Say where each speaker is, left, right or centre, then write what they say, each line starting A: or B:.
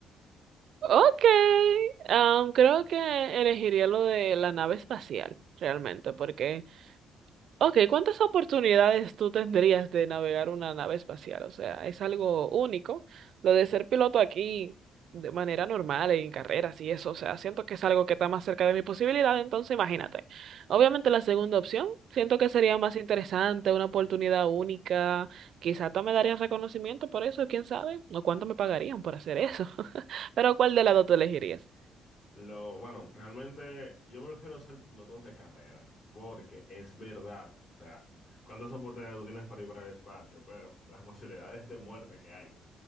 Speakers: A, on the right (about 70°); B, on the left (about 65°).
A: Ok, am, creo que elegiría lo de la nave espacial, realmente, porque Ok, ¿cuántas oportunidades tú tendrías de navegar una nave espacial? O sea, es algo único. Lo de ser piloto aquí de manera normal, en carreras y eso, o sea, siento que es algo que está más cerca de mi posibilidad, entonces imagínate. Obviamente la segunda opción, siento que sería más interesante, una oportunidad única, quizá hasta me darían reconocimiento por eso, quién sabe, o cuánto me pagarían por hacer eso. <laughs> Pero ¿cuál de las dos tú elegirías?
B: Lo, bueno, realmente yo prefiero ser pilotos de carrera, porque es verdad, o sea, cuántas oportunidades tú tienes para ir para el espacio, pero las <laughs> posibilidades de muerte que hay.